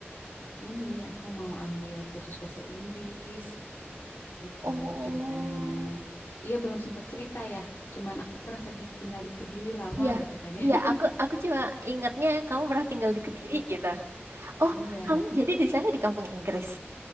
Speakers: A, on the left; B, on the right.
A: ini aku mau ambil kursus bahasa Inggris, gitu
B: Oh,
A: ceritanya. Iya, belum sempat cerita ya, cuman aku pernah di- tinggal di Kediri lama
B: iya,
A: gitu kan ya.
B: iya.
A: <laughs>
B: Aku aku cuma ingatnya kamu pernah tinggal di
A: Mm-mm.
B: Kediri gitu. Oh,
A: Iya,
B: kamu jadi di sana di kampung Inggris.